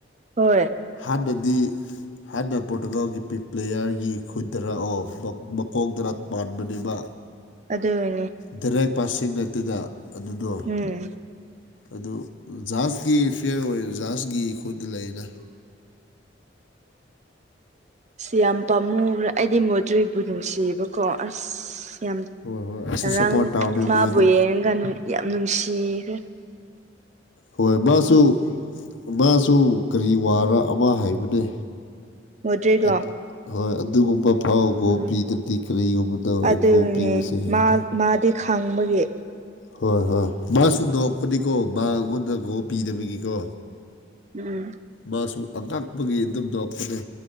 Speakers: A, on the right; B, on the left.
A: ꯍꯣꯏ
B: ꯍꯥꯟꯅꯗꯤ ꯍꯥꯟꯅ ꯄꯣꯔꯇꯨꯒꯥꯜꯒꯤ ꯄꯤ ꯄ꯭ꯂꯦꯌꯥꯔꯒꯤ ꯈꯨꯟꯗꯔꯑꯣ ꯃꯀꯣꯛꯗꯔ ꯄꯥꯟꯕꯅꯦꯕ
A: ꯑꯗꯨ ꯑꯣꯏꯅꯦ
B: ꯗꯤꯔꯦꯛ ꯄꯥꯁꯤꯡ ꯅꯠꯇꯅ ꯑꯗꯨꯗꯣ
A: ꯎꯝ
B: ꯑꯗꯨ ꯖꯍꯥꯖꯀꯤ ꯐꯥꯏꯔ ꯑꯣꯏ ꯖꯥꯁꯒꯤ ꯈꯨꯗꯇ ꯂꯩꯅ
A: ꯁꯤ ꯌꯥꯝ ꯄꯥꯝꯃꯨꯒꯔꯦ ꯑꯩꯗꯤ ꯃꯣꯗ꯭ꯔꯤ ꯅꯨꯡꯁꯤꯑꯦꯕꯀꯣ ꯑꯁ ꯌꯥꯝ
B: ꯍꯣꯏ ꯍꯣꯏ ꯑꯩꯁꯨ
A: ꯉꯔꯥꯡ
B: ꯁꯞꯄꯣꯔꯠ ꯇꯧꯅꯦ
A: ꯃꯥꯕꯨ
B: ꯃꯣꯏꯗ
A: ꯌꯦꯡꯉꯒ ꯅꯨꯡ ꯌꯥꯝ ꯅꯨꯡꯁꯤꯈꯔ꯭ꯦ
B: ꯍꯣꯏ ꯃꯥꯁꯨ ꯃꯥꯁꯨ ꯀꯔꯤ ꯋꯥꯔ ꯑꯃ ꯍꯥꯏꯕꯅꯦ
A: ꯃꯣꯗ꯭ꯔꯤꯛꯂꯣ
B: ꯑꯗ ꯍꯣꯏ ꯑꯗꯨꯒꯨꯝꯕ ꯑꯥꯎ ꯒꯣ
A: ꯎꯝ
B: ꯄꯤꯗ꯭ꯔꯗꯤ ꯀꯔꯤꯒꯨꯝꯕꯗꯣ
A: ꯑꯗꯨꯅꯦ
B: ꯑꯩ ꯒꯣ ꯄꯤꯕꯁꯦ ꯍꯥꯏꯗ
A: ꯃꯥ ꯃꯥꯗꯤ ꯈꯪꯕꯒꯤ
B: ꯍꯣꯏ ꯍꯣꯏ ꯃꯥꯁꯨ ꯅꯣꯛꯄꯅꯤꯀꯣ ꯃꯥꯉꯣꯟꯗ ꯒꯣ ꯄꯤꯗꯕꯒꯤꯀꯣ
A: ꯎꯝ
B: ꯃꯥꯁꯨ ꯑꯉꯛꯄꯒꯤ ꯑꯗꯨꯝ ꯅꯣꯛꯄꯅꯦ